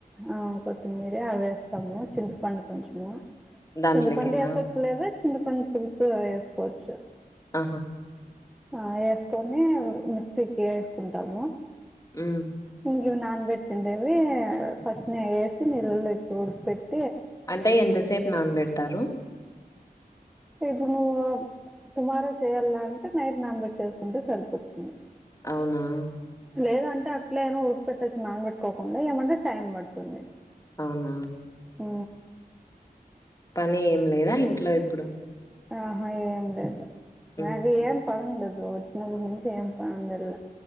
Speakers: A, in the centre; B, on the left (about 20°).
A: ఆ కొత్తిమీర అవి వేస్తాము చింతపండు కొంచెము
B: దాంట్లోకేనా?
A: చింతపండు ఏసుకోవచ్చు లేదా చింతపండు పులుసు అవి వేసుకోవచ్చు
B: ఆహా
A: ఆ వేసుకొని మిక్సీకి వేసుకుంటాము
B: ఉ
A: ఇవి నానబెట్టిండేవి ఫస్ట్ నెయ్యి వేసి నీళ్ళలో ఎక్కువ ఉడుక పెట్టి
B: అంటే ఎంత సేపు నానబెడతారు
A: ఇప్పుడు నువ్వు టుమారో చేయాల అంటే నైట్ నానబెట్టేసుకుంటే సరిపోతుంది
B: అవునా
A: లేదంటే అట్లేను ఉడక పెట్టేసి నానబట్టుకోకుండా ఏమంటే టైం పడుతుంది
B: అవునా
A: ఊ
B: పని ఏం లేదా ఇంట్లో ఇప్పుడు
A: ఆహా ఏం లేదు
B: హ్మ్.
A: నాకు ఏం పని ఉండదు ను వచ్చిన్నప్పుడు నుంచి ఏమి పని ఉండదు